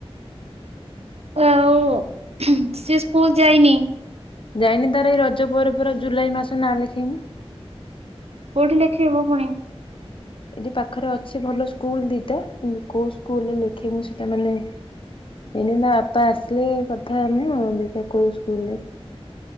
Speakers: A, on the right; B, on the left.
A: ଆଉ ସେ ସ୍କୁଲ ଯାଇନି।
B: ଯାଇନି ତାର ଏଇ ରଜ ପରେ ପରା ଜୁଲାଇ ମାସ ନା ଲେଖେ ମୁୁ
A: କୋଉଠି ଲେଖେଇବ ପୁଣି?
B: ଏଠି ପାଖରେ ଅଛି ଭଲ ସ୍କୁଲ ଦିଟା କୁ କୋଉ ସ୍କୁଲରେ ଲେଖେ ମୁଁ ସେଇଟା ମାନେ ଏଇନି ତା ବାପା ଆସିଲେ କଥା ହେ ମୁଁ ଦେଖିବା କୋଉ ସ୍କୁଲରେ